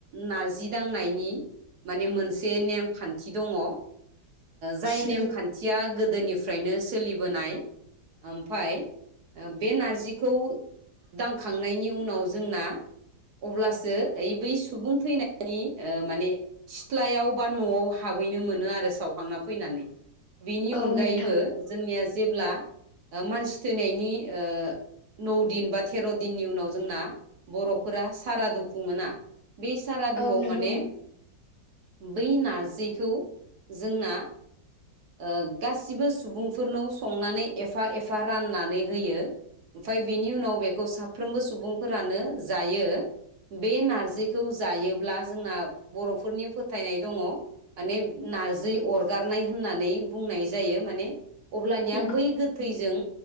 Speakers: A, on the right; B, on the left.
A: नारजि दांनायनि माने मोनसे नेम खान थि दङ ओ जाय
B: नोंगौ
A: नेमखान्थिया गो दोनिफ्रायनो सोलिबोनाय ओमफाय बे नारजिखौ दांखांनायनि उनाव जोंना अब्लासो ओइ बै सुबुं थैनायनि ओ माने सिथ्लायाव बा न'आव हाबैनो मोनो आरो सावखांना फैनानै बेनि
B: औ
A: अनगायैबो
B: नोंथां
A: जोंनिया जेब्ला ओ मानसि थैनायनि ओ नौ दिन बा थेर' दिननि उनाव जोंना बर'फोरा सारादु खुङो ना बेै सारादुआव
B: औ नोंगौ
A: माने बै नारजिखौ जोंना ओ गासिबो सुबुंफोरनाव संनानै एफा एफा राननानै होयो ओमफाय बिनि उनाव बेखौ साफ्रोमबो सुबुंफोरानो जायो बे नारजिखौ जायोब्ला जोंना बर'फोरनि फोथायनाय दङ माने नारजि अरगारनाय होननानै बुंनाय जायो माने अब्लानिया
B: नोंगौ
A: बै गोथैजों